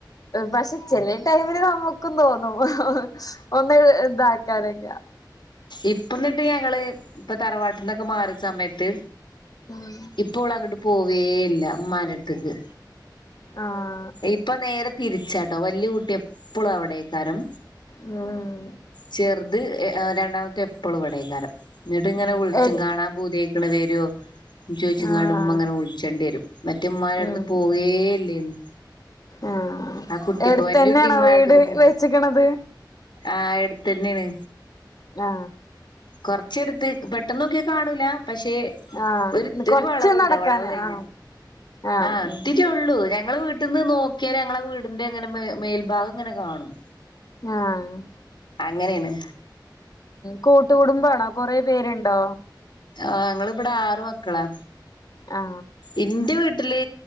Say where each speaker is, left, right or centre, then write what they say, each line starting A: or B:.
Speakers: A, on the left (about 55°); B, on the left (about 75°).
A: പക്ഷെ ചെലേ ടൈമില് നമ്മക്കും തോന്നും ഒന്ന് ഇതാക്ക്ണേക്കാ
B: ഇപ്പന്നിട്ട് ഞങ്ങള് ഇപ്പൊ തറവാട്ട്ന്നൊക്കെ മാറിയ സമയത്ത്
A: ഉം
B: ഇപ്പോളങ്ങട്ട് പോവേയില്ല ഉമ്മാന്റാട്ത്ത്ക്ക്
A: ആ.
B: ഇപ്പ നേരെ തിരിച്ചാട്ടോ. വല്യ കുട്ടി എപ്പോളു അവിടേക്കാരം.
A: അ.
B: ചെറുത് രണ്ടാമത്തെ എപ്പളു ഇവിടേക്കാരം. എന്നിട്ട് ഇങ്ങനെ
A: ഉം
B: വിളിച്ചും
A: എട്
B: കാണാൻ പൂതിയായിട് മക്കൾ വേരോ ചോദിച്ചുങ്ങണ്
A: ആഹ്
B: ണ്ടു ഉമ്മ ഇങ്ങനെ വിളിച്ചേണ്ടി വരും. മറ്റ് ഉമ്മാന്റെ ടുത്തു
A: ഉം
B: പോവേല്ലേനും.
A: ആഹ്
B: ആ, കുട്ടിപ്പോ
A: എടുത്തന്നെയാണോ
B: വല്യകുട്ടിമ്മാന്റെടുത്തേക്
A: വീട്
B: പോവും
A: വെച്ചിക്കണത്
B: ആ എടുത്തന്നെയാണ്.
A: ആ.
B: കൊറച്ചെടുത്ത് പെട്ടെന്നോക്കിയ കാണൂല പക്ഷേ
A: ആഹ്
B: ഒരു
A: കൊറച്ച്
B: ഒരു വളവുണ്ട്.
A: നടക്കാന്
B: വളവ് കഴിഞ്ഞ.
A: ആഹ് ആഹ്
B: ആ, ഇ
A: ഉം
B: ത്തിരിയെള്ളൂ. ര ഇങ്ങളെ വീട്ടിന്ന് നോക്കിയാല് ഞങ്ങളെ വീടിന്റെ ഇങ്ങനെ മേ മേൽഭാഗം ഇങ്ങനെ കാണും.
A: ആ.
B: അങ്ങനെയാണ്.
A: കൂട്ടുകുടുംബണോ? കൊറേ പേരുണ്ടോ?
B: ആ, ഞങ്ങളിവിടെ ആറ് മക്കളാ.
A: ആ.
B: ഇന്റെ വീട്ടില്